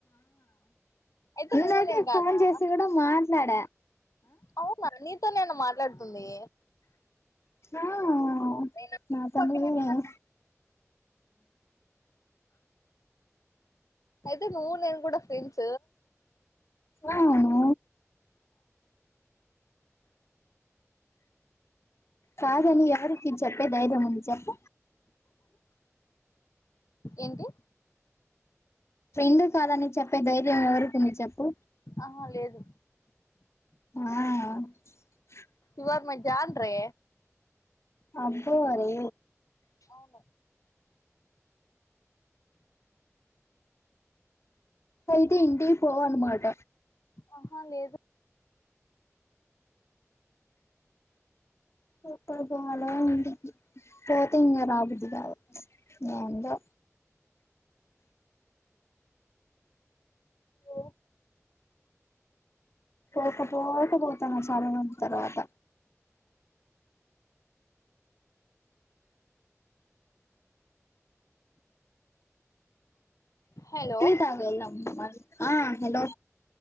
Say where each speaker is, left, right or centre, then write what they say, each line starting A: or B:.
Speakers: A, on the left; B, on the left.
A: అయితే
B: ననకే
A: నువ్వు నేను కాదా
B: ఫోన్ చేసి కూడా మా నాడ
A: అవునా ని నేను మాట్లాడుతుంది
B: ఆ ఆ
A: నేను
B: నా తండుడు
A: పక్కనే ఉన్నాను.
B: నేను
A: అయితే నూవ్వు నేను కూడా ఫ్రెండ్స్
B: అవును కాదలి ఎవరికి చెప్పే ధైర్యం ఉంది చెప్ప
A: ఏంటి
B: రెండు కాదని చెప్ప అంత ధైర్యం ఎవరికి ఉంది చెప్పు
A: ఆహా లేదు
B: ఆ
A: ఇవాళ మ జాన్ రే
B: అబ్బయ అరే
A: అవును
B: అయితే ఇంటి పోవను మాట
A: ఆహా లేదు
B: సూపర్ బాాల ఉంది పోతంగ మాబుథావో ఎంటో
A: ఓ
B: పోకపోకపోతాము చాలా మంది తర్వాత
A: హలో
B: టీ తాగినామ్ మరీ ఆ హలో